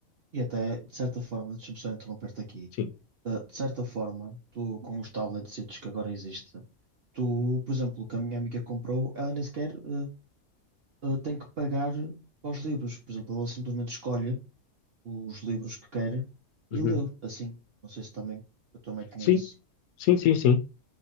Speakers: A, on the right; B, on the left.
A: E até, de certa forma, deixa-me só interromper-te aqui.
B: Sim,
A: Uh, de certa forma, tu com os tablets que agora existe, tu, por exemplo, o que a minha amiga comprou, ela nem sequer uh, uh, tem que pagar para os livros. Por exemplo, ela simplesmente escolhe os livros que quer
B: Uhum.
A: e lê assim. Não sei se também a tua mãe tinha
B: Sim,
A: isso.
B: sim, sim, sim.